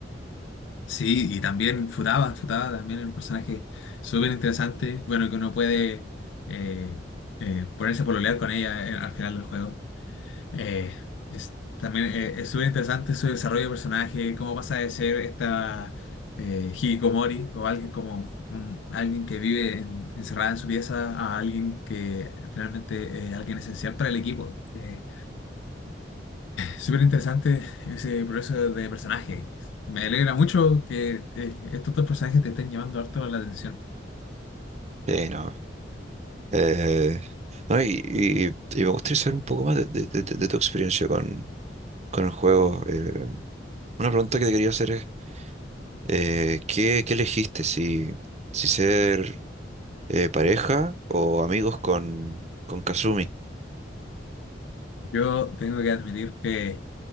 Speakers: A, on the left; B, on the right.
A: sí, y también Futaba, Futaba también es un personaje súper interesante, bueno, que uno puede eh, eh, ponerse a pololear con ella eh, al final del juego. Eh, es, también eh, es súper interesante su desarrollo de personaje, cómo pasa de ser esta eh, hikikomori o alguien como un- alguien que vive en- encerrada en su pieza a alguien que finalmente es alguien esencial para el equipo. Eh, Súper interesante ese proceso de personaje. Me alegra mucho que eh, estos dos personajes te estén llamando harto la atención.
B: Sí, no, Eh, no, y, y- y me gustaría saber un poco más de, de- de- de tu experiencia con, con el juego. Eh, una pregunta que te quería hacer es, eh, ¿qué, qué elegiste? Si, si ser eh, pareja o amigos con, con Kazumi.
A: Yo tengo que admitir que